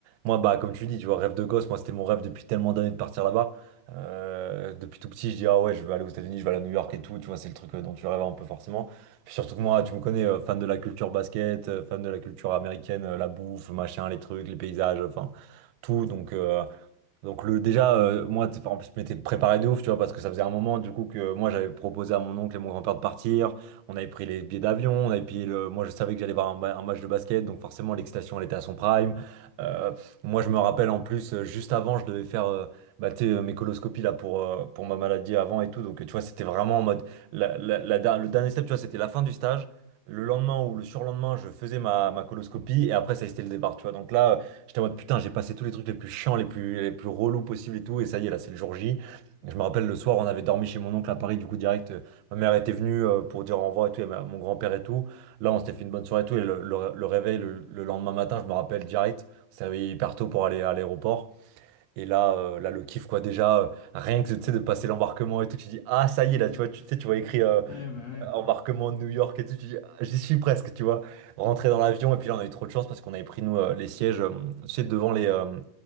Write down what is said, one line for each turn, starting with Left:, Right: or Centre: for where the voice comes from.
Right: moi, bah comme tu dis, tu vois, rêve de gosse. Moi, c'était mon rêve depuis tellement d'années de partir là-bas. Euh, depuis tout petit, je dis ah ouais, je veux aller aux États-Unis, je veux aller à New York et tout. Tu vois, c'est le truc euh, dont tu rêves un peu forcément. Puis surtout que moi, tu me connais, euh, fan de la culture basket, euh, fan de la culture américaine, euh, la bouffe, machin, les trucs, les paysages, enfin tout. Donc, euh, donc le déjà euh, moi t'es- en plus je m'étais préparé de ouf tu vois parce que ça faisait un moment du coup que moi j'avais proposé à mon oncle et mon grand-père de partir, on avait pris les billets d'avion, on avait payé le moi je savais que j'allais voir un, ma- un match de basket donc forcément l'excitation elle était à son prime. Euh, moi je me rappelle en plus euh, juste avant je devais faire euh, bah, tu sais, euh, mes coloscopies là pour euh, pour ma maladie avant et tout donc tu vois c'était vraiment en mode la, la- la der- le dernier step tu vois c'était la fin du stage. Le lendemain ou le surlendemain, je faisais ma, ma coloscopie et après ça c'était le départ, tu vois. Donc là, J'étais en mode putain, j'ai passé tous les trucs les plus chiants, les plus, les plus relous possibles et tout, et ça y est, là, c'est le jour J. Et Je me rappelle le soir, on avait dormi chez mon oncle à Paris, du coup, direct, euh, ma mère était venue euh, pour dire au revoir et tout, et ma- mon grand-père et tout. Là, on s'était fait une bonne soirée et tout, et le, le- le réveil, le, le lendemain matin, je me rappelle direct, on s'est réveillé hyper tôt pour aller à l'aéroport. Et là, euh, là, le kiff, quoi, déjà, euh, rien que, tu sais, de passer l'embarquement et tout, tu dis, ah, ça y est, là, tu vois, tu tu sais, tu vois écrit euh,
Left: Ouais, bah ouais.
Right: embarquement de New York et tout, tu dis, Ah, j'y suis presque, tu vois. Rentrer dans l'avion, et puis là, on a eu trop de chance parce qu'on avait pris, nous, euh, les sièges, euh, tu sais, devant les, euh,